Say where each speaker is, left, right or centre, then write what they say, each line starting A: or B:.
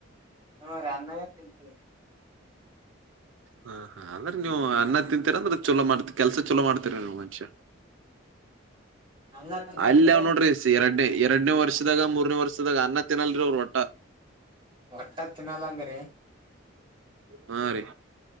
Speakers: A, on the right; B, on the right.
A: ಹೂ ರಿ ಅನನ್ನೇ ತಿಂತೀವಿ.
B: ಹ್ಮ್ಮ್ ಅಂದ್ರ ನೀವು ಅನ್ನ ತಿಂತೀರ ಅಂದ್ರ ಚಲೋ ಮಾಡ್ತಿ ಕೆಲ್ಸ ಚಲೋ ಮಾಡ್ತೀರ ನೀವ್ ಮನುಷ್ಯ.
A: ಅನ್ನ ತಿನ್ಲಿಕ್ರಿ
B: ಅಲ್ಯವ್ ನೋಡ್ರಿ ಸೇರಡ್ಡಿ ಎರಡ್ನೇ ವರ್ಷದಾಗ ಮೂರನೇ ವರ್ಷದಾಗ ಅನ್ನ ತಿನ್ನಲ್ರಿ ಅವರ ಒಟ್ಟ.
A: ಒಟ್ಟ ತಿನ್ನಲ್ಲಂದ್ರಿ.
B: ಹಾ ರೀ